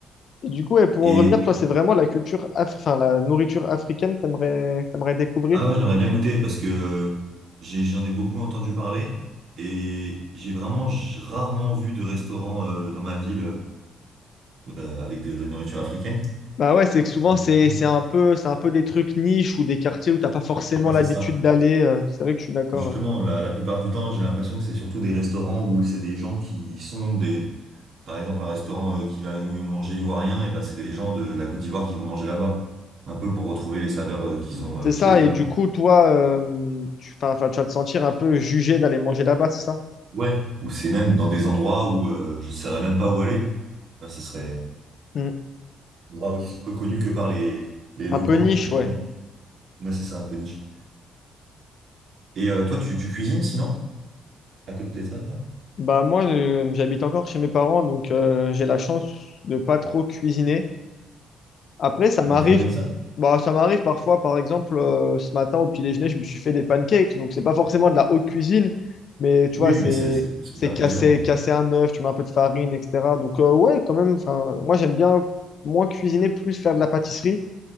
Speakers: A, on the left; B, on the right.
A: Et du coup, ouais, pour
B: Et
A: en revenir, toi, c'est vraiment la culture, af- enfin, la nourriture africaine que t'aimerais, t'aimerais découvrir?
B: ah ouais, j'aimerais bien Ouais. goûter parce que euh, j'ai- j'en ai beaucoup entendu parler et j'ai vraiment j- rarement vu de restaurant euh, dans ma ville euh, avec de, de la nourriture africaine.
A: Bah ouais, c'est que souvent
B: Et
A: c'est
B: du
A: c'est
B: coup,
A: un peu c'est un peu des trucs niches ou des quartiers où t'as pas forcément
B: Ouais,
A: l'habitude
B: c'est ça.
A: d'aller. euh, c'est vrai que je suis d'accord.
B: Justement,
A: ouais.
B: la, la plupart du temps, j'ai l'impression que c'est surtout des restaurants où c'est des gens qui sont des... Par exemple, un restaurant euh, qui va où ils vont manger ivoirien, et ben c'est des gens de la Côte d'Ivoire qui vont manger là-bas. Un peu pour retrouver les saveurs euh, qu'ils ont
A: C'est
B: euh,
A: ça.
B: chez eux.
A: Et du coup, toi, euh, tu, 'fin, 'fin, tu vas te sentir un peu jugé d'aller manger là-bas, c'est ça?
B: Ouais. Ou c'est même dans des endroits où euh, je ne saurais même pas où aller. Ben, ce serait
A: Mm.
B: un endroit où- que- connu que par les, les
A: Un
B: locaux,
A: peu niche,
B: entre
A: ouais.
B: guillemets. Moi, c'est ça, un peu niche. Et euh, toi, tu, tu cuisines sinon, à côté de ça?
A: Bah moi, euh, j'habite encore chez mes parents, donc euh, j'ai la chance de pas trop cuisiner. Après, ça
B: Mais
A: m'arrive,
B: t'aimes bien ça?
A: bah, ça m'arrive parfois, par exemple, euh, ce matin au petit déjeuner, je me suis fait des pancakes. Donc, c'est pas forcément de la haute cuisine, mais tu
B: Oui,
A: vois, c'est
B: mais c'est c'est- c'est
A: c'est
B: faire
A: casser,
B: plaisir. non
A: casser un œuf, tu mets un peu de farine, etc. Donc, euh, ouais, quand même, enfin, moi, j'aime bien moins cuisiner, plus faire de la pâtisserie,